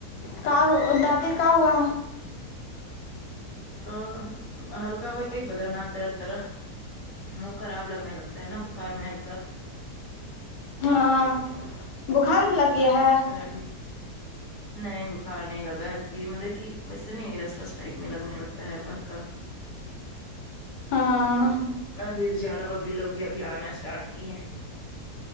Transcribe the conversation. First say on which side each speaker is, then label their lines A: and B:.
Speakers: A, on the left; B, on the left.
A: کا دادی کا ہوا
B: ا ہلکا ب بدن ہاں درد دیرا منہ خراب لگنے لگتا ہے نا بخار میں ہلکا
A: ہاں بخار بھی لگ گیا ہے
B: <unintelligible> نہیں بخار نہیں لگا ہے ابھی مطلب کہ ویسے نہیں رس لس ٹائپ میں لگنے لگتا ہے ہلکا ہلکا
A: ہاں
B: ابھی زیادہ ببلی لوگ بھی ابھی آنا اسٹارٹ کی ہیں